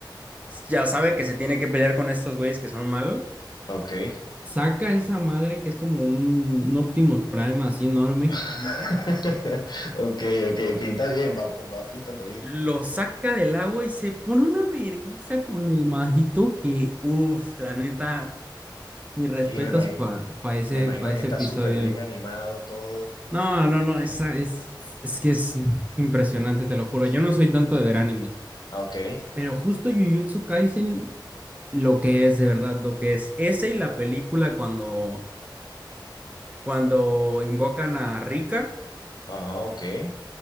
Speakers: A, on the right (about 20°); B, on the left (about 60°).
A: ya sabe que se tiene que pelear con estos güeyes que son malos.
B: <laughs> Ok.
A: Saca esa madre que es como un, un Optimus Prime así enorme,
B: <laughs>
A: gigante.
B: Ok, ok, pinta bien, va, va pintando bien.
A: Lo saca del agua y se pone una verguiza con el majito que, uff, la neta, Mis respetos
B: Y me imagi-
A: para ese,
B: me imagino
A: pa ese
B: que está
A: episodio.
B: súper bien animado todo.
A: No, no, no, esa es, es que es impresionante, te lo juro.
B: Sí.
A: Yo no soy tanto de ver animes,
B: Ah, Ok,
A: pero justo Jujutsu Kaisen, lo que es, de verdad, lo que es. Ese y la película cuando cuando invocan a Rika,
B: ajá, ok. El